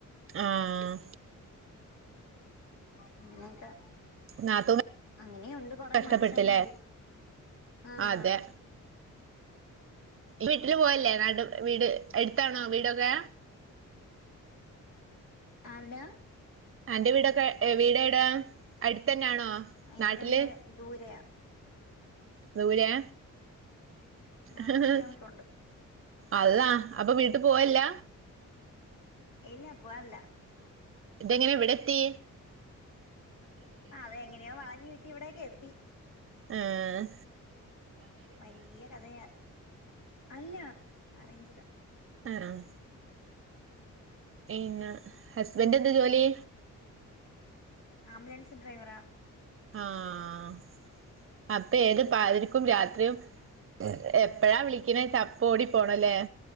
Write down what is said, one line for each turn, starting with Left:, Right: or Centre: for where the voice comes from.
Right: ആഹ്
Left: അങ്ങനെകൊ
Right: നാത്തൂൻ
Left: അങ്ങനെയുണ്ട് കൊറെ
Right: കഷ്ടപ്പെട്ടില്ലേ
Left: മനുഷ്യന്മാര്. ആഹ്
Right: അതെ ഈ വീട്ടിൽ പോയല്ലേ നാട്ട് വീട് അടുത്താണോ വീടൊക്കെ?
Left: ആരുടൊ
Right: അന്റെ വീടൊക്കെ വീട ടാ അടുത്തന്നാണോ? നാട്ടില്
Left: എന്റെ വീട് ദൂരയാ
Right: ദുരെയ
Left: നാന്നൂറ്
Right: അഹ്
Left: കിലോമീറ്റർ ഉണ്ട്
Right: അല്ലാ അപ്പൊ വീട്ട് പോവലലില്ല
Left: ഇല്ലാ പോവറില്ലാ
Right: ഇതെങ്ങനെ വിടെത്തി.
Left: ആഹ് അതങ്ങനെയോ വളഞ്ഞി ചുറ്റി ഇവിടേക്ക് എത്തി.
Right: ആഹ്
Left: വലിയ കഥയാ അല്ല അറേഞ്ചിട്
Right: ആഹ് പിന്നെ ഹസ്ബന്റ് ന്താ ജോലി
Left: ആംബുലൻസ് ഡ്രൈവറ..
Right: ആഹ അപ്പൊ ഏത് പതിരക്കും രാത്രിയും..
Left: ആഹ്
Right: എപ്പഴാ വിളിക്ണെച്ചാൽ അപ്പൊ ഓടി പോണല്ലേ?